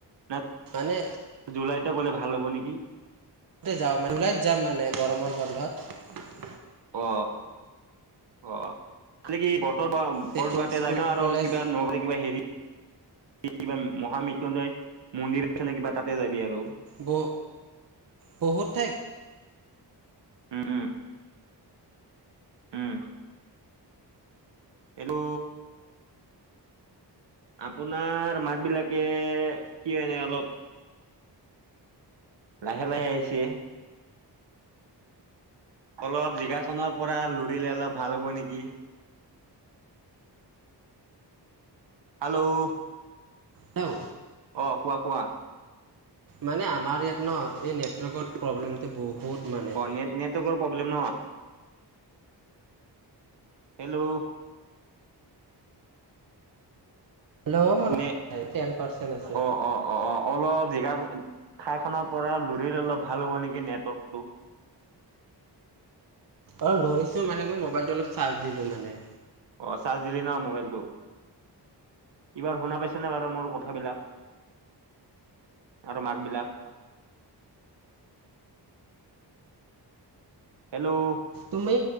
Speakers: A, on the right (about 75°); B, on the right (about 50°).
A: ন
B: মানে
A: জুলাইতে গলে ভাল হ'ব নেকি
B: য ওলাই যাম মানে গৰমৰ বন্ধত
A: অ অ খলে কি বৰ বৰদুৱ
B: তেতিয়া
A: বৰদৰাতে
B: স্কুল
A: যাবিা আৰু
B: কলেজ
A: কিবা নহলে কিবা হেৰি কিবা মহামৃত্্যুঞ্জয় মন্দিৰ আছে নে কিবা তাতে যাবি আৰু
B: ব বহুত ঠাই
A: উম উম উম এইটো আপোনাৰ মাত বিলাকে কি এনে অলপ লাহে লাহে আহিছে অলপ জিগাখনৰ পৰা লৰিলে অলপ ভাল হ'ব নেকি হেল্ল'
B: তও
A: অহ ', কোৱা- কোৱা?
B: মানে আমাৰ ইয়াত ন এই নেটৱৰ্কত। প্ৰব্লেমটো বহুত মানে।
A: অ নেট নেটৱৰ্কৰ প্ৰব্লেম ন। হেল্ল',
B: হেল্ল' মোৰ
A: নে
B: টেন পাৰ্চেণ্ট আছে
A: অহ ',- অহ ',- অহ ',- অহ ', অলপ জেগা ঠাই খনৰ পৰা লৰি অলপ ভাল হ'ব নেকি নেটৱৰ্কটো।
B: অহ ', লৰিছো মানে মই মবাইলটো অলপ চাৰ্জ দিলো মানে।
A: অহ ', চাৰ্জ দিলি ন মোবাইলটো এইবাৰ শুনা পাইছেনে বাৰু মোৰ কথাবিলাক আৰু মাত বিলাক। হেল্ল',
B: তুমি